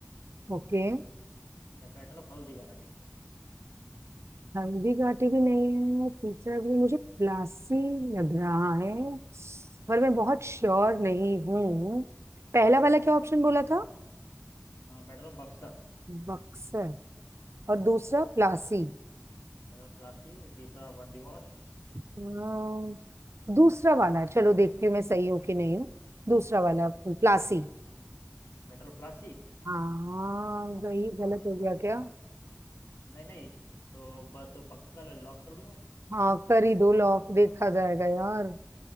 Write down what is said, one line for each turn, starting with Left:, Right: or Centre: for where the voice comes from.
Right: ओके
Left: या बैटल ऑफ हल्दीघाटी
Right: हल्दी घाटी भी नहीं है तीसरा भी मुझे प्लासी लग रहा है पर मैं बहुत श्योर नहीं हूँ पहला वाला क्या
Left: हम्म,
Right: ऑप्शन बोला था
Left: हाँ बेटर बक्सर
Right: बक्सर और दूसरा प्लासी
Left: मेटल प्लासी तीसरा बंडी वॉश
Right: अम्म, दूसरा वाला चलो देखती हूँ मैं सही हूँ कि नहीं हूँ दूसरा वाला प्लासी
Left: मेटल प्लासी
Right: हाँ गई गलत
Left: हाँ
Right: हो गया क्या
Left: हाँ, नहीं नहीं तो ब, तो पक्का ले लॉक कर दूं मैं
Right: हाँ कर ही दो लॉक देखा जाएगा यार